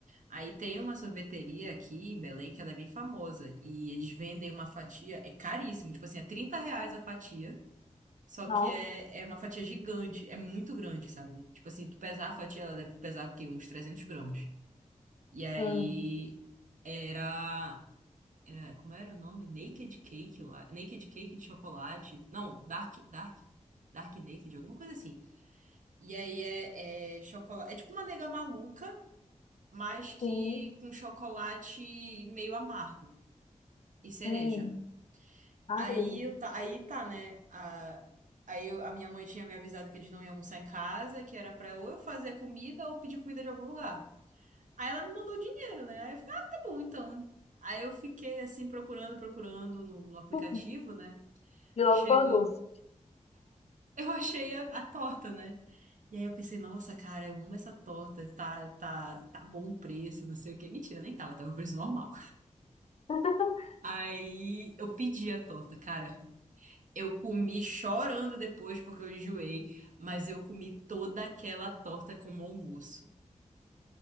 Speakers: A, on the right; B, on the left.
A: Aí tem uma sorveteria aqui em Belém que ela é bem famosa. E eles vendem uma fatia, é caríssimo, tipo assim, é 30 reais a fatia. Só
B: Nossa,
A: que é, é uma fatia gigante, é muito grande, sabe? Tipo assim, tu pesar a fatia, ela deve pesar o quê? Uns 300 gramas. E aí
B: hum,
A: era, era- Como era o nome? Naked Cake, eu acho. Naked Cake de chocolate. Não, Dark. Dark. Dark Naked, alguma coisa assim. E aí é, é chocolate. É tipo uma nega maluca mas que
B: sim,
A: com chocolate meio amargo e cereja.
B: hum, ai,
A: Aí,
B: que delícia.
A: eu tá, aí tá, né? A, aí eu- a minha mãe tinha me avisado que eles não iam almoçar em casa, que era pra ou eu fazer comida ou pedir comida de algum lugar. Aí ela me mandou dinheiro, né? Aí eu falei, ah, tá bom, então. Aí eu fiquei assim procurando, procurando no, no aplicativo,
B: <laughs>
A: né?
B: E logo
A: Chegou.
B: foi o doce.
A: <laughs> Eu achei a, a torta, né? E aí eu pensei, nossa, cara, eu amo essa torta, tá, tá, tá bom o preço, não sei o quê. Mentira, nem tava, tava o preço normal.
B: <laughs>
A: Aí eu pedi a torta, cara. Eu comi chorando depois porque eu enjoei, mas eu comi toda aquela torta como almoço.